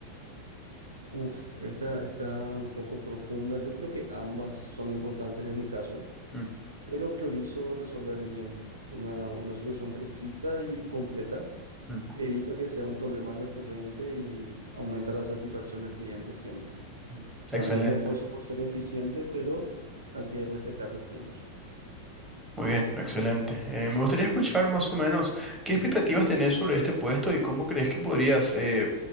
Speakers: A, on the right (about 75°); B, in the centre.
A: Uf, esta está un poco profunda. Yo creo que ambas son importantes en mi caso.
B: Mm,
A: pero priorizo resolver bien una, una solución precisa y completa.
B: mm,
A: Evita que sea un problema recurrente y aumenta la satisfacción del cliente siempre.
B: mm.
A: También
B: Excelente.
A: me esfuerzo por ser eficiente, pero hay que respetar los tiempos.
B: Muy bien, excelente. Eh, me gustaría escuchar más o menos qué expectativas tenés sobre este puesto y cómo crees que podrías eh,